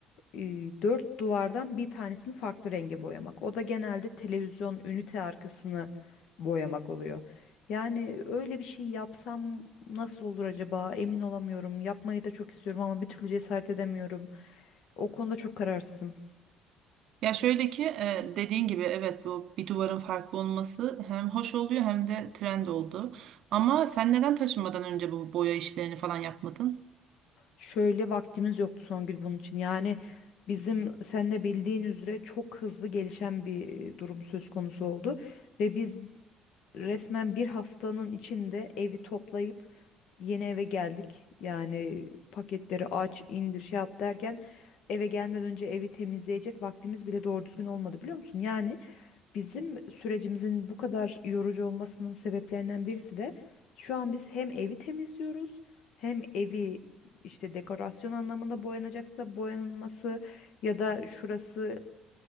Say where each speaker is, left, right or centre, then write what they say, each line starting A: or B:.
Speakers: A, on the left; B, on the right.
A: e, dört duvardan bir tanesini farklı renge boyamak. O da genelde televizyon ünite arkasını boyamak oluyor. Yani öyle bir şey yapsam nasıl olur acaba? Emin olamıyorum. Yapmayı da çok istiyorum ama bir türlü cesaret edemiyorum. O konuda çok kararsızım.
B: Ya şöyle ki e, dediğin gibi evet bu bir duvarın farklı olması hem hoş oluyor hem de trend oldu. Ama sen neden taşınmadan önce bu boya işlerini falan yapmadın?
A: Şöyle vaktimiz yoktu Songül bunun için. Yani bizim sen de bildiğin üzere çok hızlı gelişen bir durum söz konusu oldu ve biz resmen bir haftanın içinde evi toplayıp Yeni eve geldik. Yani paketleri aç, indir, şey yap derken eve gelmeden önce evi temizleyecek vaktimiz bile doğru düzgün olmadı biliyor musun? Yani bizim sürecimizin bu kadar yorucu olmasının sebeplerinden birisi de şu an biz hem evi temizliyoruz hem evi işte dekorasyon anlamında boyanacaksa boyanılması ya da şurası